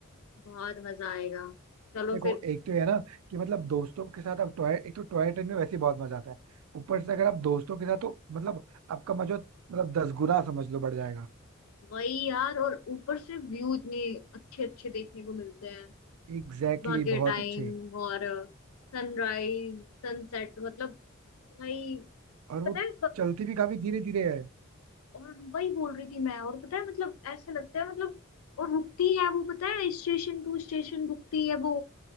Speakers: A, on the left; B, on the right.
A: बहुत मजा आएगा चलो
B: देखो
A: फिर
B: एक तो ये है ना कि मतलब दोस्तों के साथ आप टॉय एक तो टॉय ट्रेन में वैसे ही बहुत मजा आता है ऊपर से अगर आप दोस्तों के साथ तो मतलब आपका मजा मतलब दस गुना समझ लो बढ़ जाएगा
A: वही यार और ऊपर से व्यू इतने अच्छे अच्छे देखने को मिलते हैं
B: एग्जैक्टली
A: भाग्य
B: exactly, बहुत
A: टाइम
B: अच्छे
A: और सनराइज सनसेट मतलब भाई
B: और वो
A: पता है
B: चलती भी काफी धीरे धीरे है
A: और वही बोल रही थी मैं और पता है मतलब ऐसा लगता है मतलब और रुकती है वो पता है स्टेशन टू स्टेशन रुकती है वो